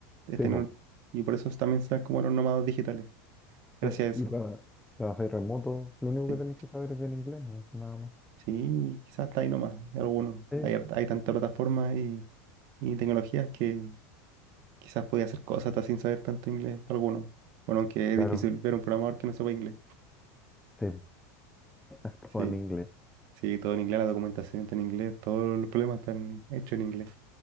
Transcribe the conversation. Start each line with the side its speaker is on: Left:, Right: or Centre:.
Right: es
Centre: Sí,
Right: tener-
Centre: po.
Right: y por eso también están como los nómadas digitales, gracias
Centre: Eh,
Right: a eso.
Centre: Y tra- trabajáis remoto, lo único
Right: Sí.
Centre: que tenéis que saber es bien inglés, no, nada más.
Right: Sí, quizás está ahí nomás, algunos.
Centre: Sí,
Right: Hay, har- hay tantas plataformas y, y tecnologías que quizás podía hacer cosas hasta sin saber tanto inglés para algunos. Bueno, aunque es
Centre: claro,
Right: difícil ver un programador que no sepa inglés.
Centre: sí, todo
Right: Sí,
Centre: en inglés.
Right: sí, todo en inglés, la documentación está en inglés, todos los problemas están hechos en inglés.